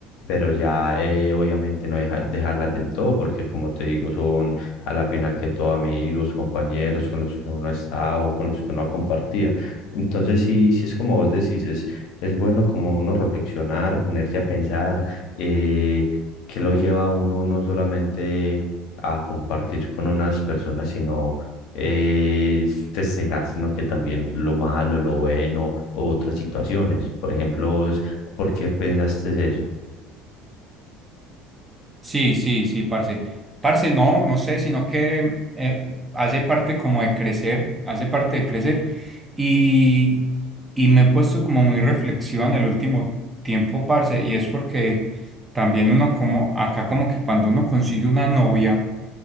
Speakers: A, on the left; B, on the right.
A: Pero ya eh, obviamente no deja- dejarlas del todo, porque como te digo, son a la final que todo amigos, compañeros con los que uno ha estado, con los que uno ha compartido. Entonces, sí, sí es como vos decís, es, es bueno como uno reflexionar, ponerse a pensar, eh, que lo lleva a uno no solamente a compartir con unas personas, sino eh, festejar, sino que también lo malo, lo bueno, u otras situaciones. Por ejemplo, vos, ¿por qué pensaste eso?
B: Sí, sí, sí, parce. Parce, no, no sé, sino que eh, hace parte como de crecer, hace parte de crecer y, y me he puesto como muy reflexión el último tiempo, parce, y es porque también uno como, acá como que cuando uno consigue una novia,